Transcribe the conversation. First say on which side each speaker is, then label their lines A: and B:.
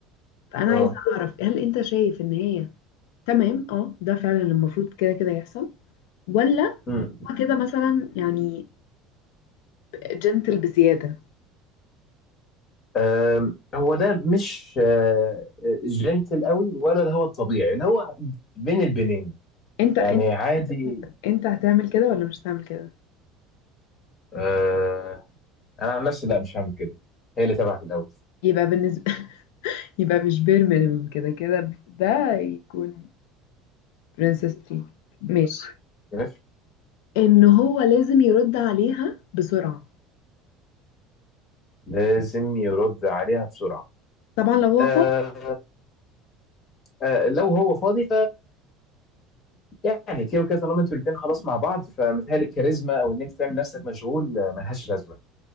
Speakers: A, on the left (about 80°); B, on the left (about 35°).
A: فانا
B: اه
A: عايزه اعرف هل انت شايف ان هي تمام اه ده فعلا المفروض كده كده يحصل ولا
B: امم
A: هو كده مثلا يعني جنتل بزياده
B: آم، هو ده مش آه، آه، جنتل قوي ولا ده هو الطبيعي اللي هو بين البنين
A: انت
B: يعني
A: انت
B: عادي
A: انت هتعمل كده ولا مش هتعمل كده
B: آه، انا عن نفسي لا مش هعمل كده هي اللي تبعت الاول
A: يبقى بالنسبه <laughs> يبقى مش بير مينيمم كده كده ده يكون برنسس تريت ماشي
B: طيب
A: ان هو لازم يرد عليها بسرعه
B: لازم يرد عليها بسرعه
A: طبعا لو هو
B: آه
A: فاضي
B: آه لو هو فاضي فيعني كده وكده طالما انتوا الاثنين خلاص مع بعض فمتهيألي الكاريزما او ان انت تعمل نفسك مشغول آه، ملهاش لازمه